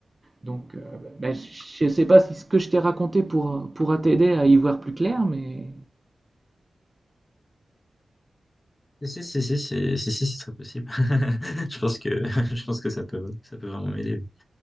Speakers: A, on the right; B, on the left.
A: Donc, euh, ben, je ne sais pas si ce que je t'ai raconté pourra, pourra t'aider à y voir plus clair, mais
B: Si, si, si, si, si, si, si, c'est très possible. <laughs> Je pense que, <laughs> je pense que ça peut, ça peut vraiment m'aider.